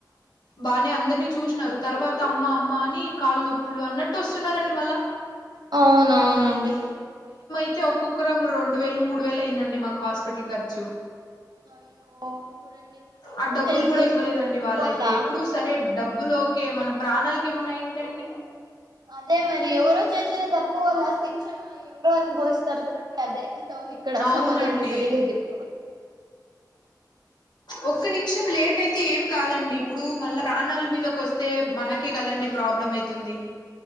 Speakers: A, on the left; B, on the right.
A: బానే అందరినీ చూసినారు తర్వాత అమ్మ అమ్మ అని కాళ్ళ నొప్పులు అన్నట్టు వస్తున్నారండి మళ్ళా
B: అవునవునండి
A: అతే ఒక్కొక్కరం రెండు వేలు మూడు వేల అయిందండి మాకు హాస్టల్ స్పిటల్ కరుచు
B: అయ్యో చూడండి ఎవరో
A: ఆ డబ్బులు
B: చేసిసిన
A: కూడా ఇవ్వలేదండి
B: తప్పు
A: వాళ్ళైతే
B: వల్ల
A: ఇప్పుడు సరే డబ్బులు ఓకే మన ప్రాణాలకి ఏమన్నాయింటె అండి
B: అదే మరి ఎవరో చేసిన తప్పు వల్ల శిక్షణ ఎవరు అనుభవిస్తారు చూడండి అదే స్టోరీ ఇక్కడ
A: అవునండి
B: సమాజంలో జరిగేదిప్పు ప
A: ఒక్క నిమిష కొంచెం లేట్ అయితే ఏం కాదండి ఇప్పుడు మళ్ళా ప్రాణాల మీదకి వస్తే మనకే కదండడి ప్రాబ్లం అయితుంది